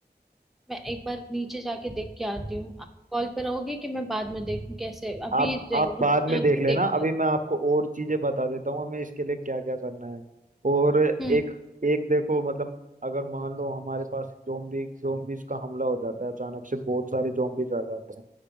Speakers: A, in the centre; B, on the right.
A: मैं एक बार नीचे जाके देख के आती हूँ आप कॉल पे रहोगे कि मैं बाद में देखूँ कैसे अभी
B: आप
A: रे-
B: आप
A: रुक
B: बाद में
A: अभी
B: देख लेना
A: देख
B: अभी मैं आपको और चीजें बता देता हूँ हमें इसके लिए क्या क्या करना है और एक
A: हम्म
B: एक देखो मतलब अगर मान लो हमारे पास जोम्बी जोम्बीज का हमला हो जाता है अचानक से बहुत सारे जोम्बीज आ जाते हैं